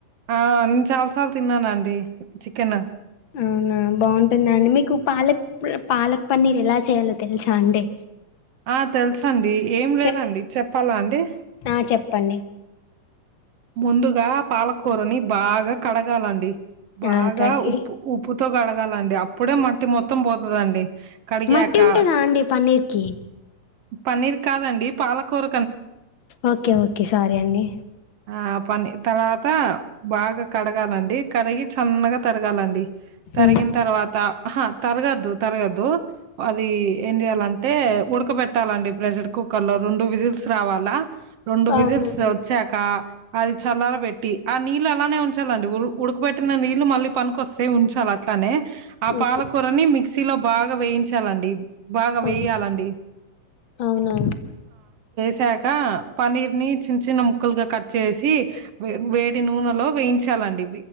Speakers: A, on the right; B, on the left.
A: ఆ నేను చాల సార్లు తిన్నానండి చికెన్
B: అవునా బాగుంటుంద అండి మీకు పాలక్ పాలక్ పన్నీర్ ఎల చేయాలో తెలుసా అండి
A: ఆ తెలుస అండి ఏం లేదండి
B: చెప్
A: చెప్పాల అండి
B: ఆ చెప్పండి
A: ముందుగ పాలకూరని బాగ కడగాలండి బాగ
B: ఆ కడిగి
A: ఉప్పు ఉప్పుతో కడగాలండి అప్పుడే మట్టి మొత్తం పోతు అండి కడిగకా
B: మట్టి ఉంటుందా అండి పన్నీర్కి
A: పన్నిర్ కాదండి పాలకూర
B: ఓకే ఓకే స్వారీ అండి
A: ఆ పని తర్వాత బాగ కడగాలండి కడి సన్నగా తరగాలండి తరిగిన
B: ఉమ్.
A: తర్వాత హ తరగద్దు తరగద్దు అది ఏం చెయాలంటే ఉడకబెట్టాలండి ప్రెసర్ <unintelligible> కుక్కర్లో రెండు విజిల్స్ రావాల రెండు
B: అవునండి
A: విజిల్స్ వచ్చాక అది చల్లార పెట్టి ఆ నీళ్ళు అలానే ఉంచాల ఉడకబట్టిన నీళ్లు మళ్ళీ పనికొస్తే ఉంచాలి అట్లనే ఆ
B: ఓకే
A: పాలకురని మిక్సీలో బా బాగ వేయించాలండి బాగ వెగలండి
B: ఓకే. అవునా
A: <unintelligible> పన్నీర్ని చిన్న చిన్న ముక్కలుగ కట్ చేసి వేడి నూనెలో వేయించాలండి